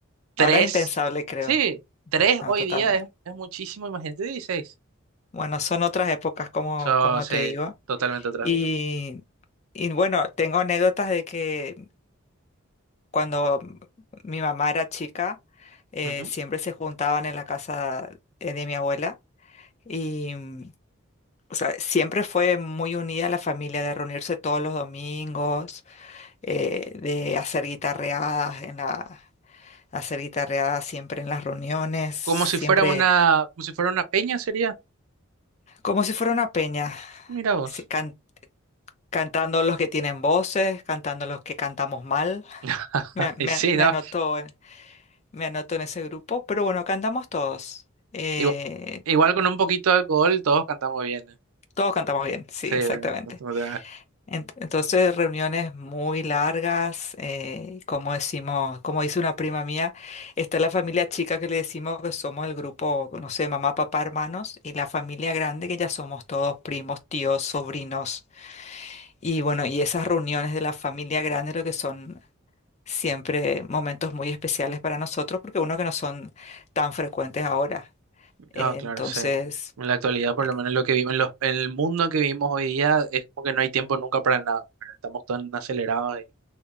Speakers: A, on the right (about 85°); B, on the left (about 30°).
A: 3,
B: ahora es impensable, creo.
A: sí, tres
B: No,
A: hoy
B: totalmente.
A: día es, es muchísimo, imagínate 16.
B: Bueno, son otras épocas, como,
A: Eso
B: como
A: sí,
B: te digo.
A: totalmente otra
B: Y,
A: cosa.
B: y bueno, tengo anécdotas de que cuando mi mamá era chica, eh,
A: Ujú.
B: siempre se juntaban en la casa eh, de mi abuela y, mm, o sea, siempre fue muy unida la familia de reunirse todos los domingos, eh, de hacer guitarreadas en la, hacer guitarreadas siempre en las reuniones, siempre
A: Como si fuera una, como si fuera una peña sería,
B: como si fuera una peña,
A: mira vos.
B: se can- cantando los que tienen voces, cantando los que cantamos mal.
A: <laughs>
B: Me, a-
A: Y
B: me
A: sí,
B: a- me
A: ¿no?
B: anotó Me anoto en ese grupo, pero bueno, cantamos todos. Eh,
A: Igual, igual con un poquito de alcohol todos cantamos bien, ¿eh?
B: todos cantamos bien, sí,
A: Sí, ¿verdad?
B: exactamente.
A: No- no te hagas.
B: Ent- Entonces, reuniones muy largas, eh, como decimos, como dice una prima mía, está la familia chica que le decimos que somos el grupo, no sé, mamá, papá, hermanos, y la familia grande que ya somos todos primos, tíos, sobrinos. Y bueno, y esas reuniones de la familia grande lo que son siempre momentos muy especiales para nosotros, porque uno que no son tan frecuentes ahora. Eh,
A: Ah, claro,
B: entonces,
A: sí. En la actualidad, por
B: eh,
A: lo menos lo que vivimos, en los- en el mundo que vivimos hoy día, es como que no hay tiempo nunca para nada. ¿verdad? Estamos tan acelerados y